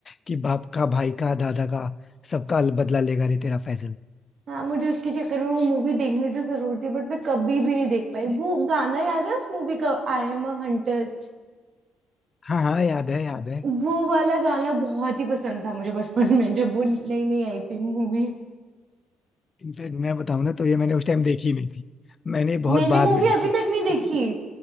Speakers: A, on the left; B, on the right.
A: कि बाप का भाई का दादा का सबका बदला लेगा रे तेरा फैजल
B: हाँ मुझे उसके चक्कर में वो मूवी देखनी तो जरूर थी बट मैं कभी भी नहीं देख पाई
A: जी।
B: वो गाना याद है उस मूवी का आई एम अ हंटर
A: हाँ हाँ याद है याद है
B: वो वाला गाना बहुत ही पसंद था मुझे बचपन में जब वो नई नई आई थी मूवी
A: इनफैक्ट मैं बताऊं ना तो ये मैंने उस टाइम देखी नहीं थी मैंने बहुत
B: मैंने
A: बाद
B: मूवी
A: में देखी
B: अभी तक नहीं देखी
A: लेकिन